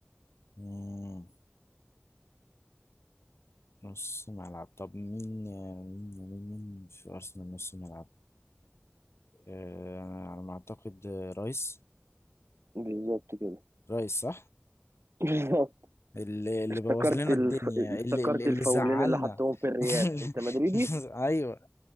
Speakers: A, on the left (about 85°); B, on the right (about 75°).
A: مم، نص ملعب طب مين آه، مين مين مين في أرسنال نص ملعب آه، أنا على ما أعتقد آه، رايس
B: بالظبط كده
A: رايس صح
B: <laughs> بالظبط
A: اللي اللي
B: افتكرت
A: بوظ لنا
B: الف...
A: الدنيا
B: افتكرت
A: اللي اللي اللي
B: الفاولين
A: زعلنا
B: اللي حطهم في الريال
A: <laughs>
B: انت مدريدي
A: ايوه